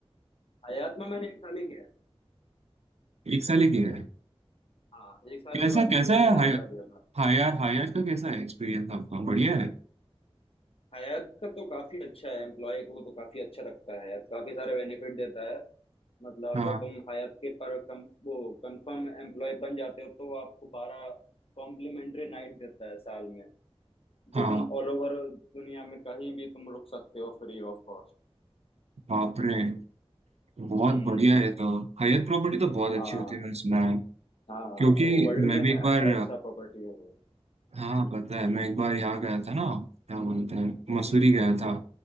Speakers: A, on the left; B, on the right.
A: हयात में मैंने एक साल ही किया है
B: एक साल ही किया है
A: हाँ एक साल
B: कैसा
A: के बाद
B: कैसा
A: मैंने रिजाइन
B: है
A: कर दिया था
B: हायर हायर का कैसा है एक्सपीरियंस आपका बढ़िया है
A: हयात का तो काफी अच्छा है एम्प्लॉय को तो काफी अच्छा रखता है हयात काफी सारे बेनिफिट देता है मतलब
B: हाँ
A: अगर तुम हयात के पर कम वो कंफर्म एम्प्लॉय बन जाते हो तो वो आपको बारह कॉम्प्लीमेंट्री नाइट देता है साल में
B: हाँ
A: जो तुम ऑल ओवर दुनिया में कहीं भी तुम रुक सकते हो फ्री ऑफ कॉस्ट
B: बाप रे बहुत
A: हम्म
B: बढ़िया है तो हायर प्रॉपर्टी तो बहुत
A: हाँ
B: अच्छी होती है मैंने सुना है
A: हाँ
B: क्योंकि
A: वर्ल्ड
B: मैं
A: में
B: भी एक
A: है
B: बार
A: फाइव स्टार प्रॉपर्टी है वो
B: हाँ पता है मैं एक बार यहाँ गया था ना क्या बोलते हैं
A: हम्म
B: मसूरी गया था